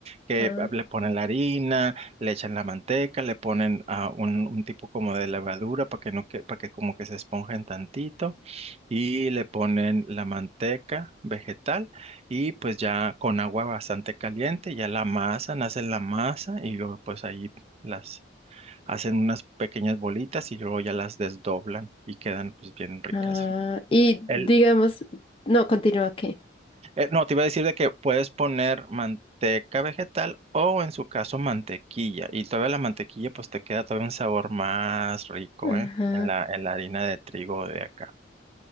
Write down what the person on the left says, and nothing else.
ah,
ah. Y
digamos, no, continúa que.
Ajá.